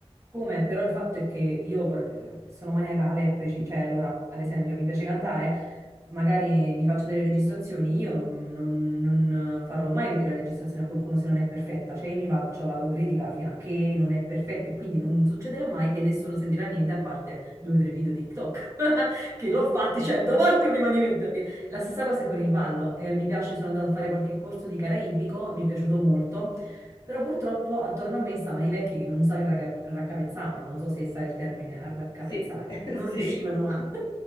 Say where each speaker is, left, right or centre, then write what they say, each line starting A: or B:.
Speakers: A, on the right (about 25°); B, on the left (about 40°).
A: Come? Però il fatto è che io vor- sono maniacale e preci- cioè allora, ad esempio, mi piace cantare, magari mi faccio delle registrazioni, io non, non- non farò mai vedere la registrazione a qualcuno se non è perfetta, cioè io mi faccio l'autocritica fino a che non è perfetta e quindi non succederà mai che nessuno sentirà niente a parte due o tre video TikTok, <laughs> che l'ho fatti cento volte prima di metterli. La stessa cosa è con il ballo, eh, mi piace, sono andata a fare qualche corso di caraibico, mi è piaciuto molto. Però purtroppo attorno a me stavano i vecchi che non si arraga- raccapezzavano, non so se sai il termine arraccapezzare,
B: Sì, <laughs>
A: non
B: sì.
A: riuscivano a... <laughs>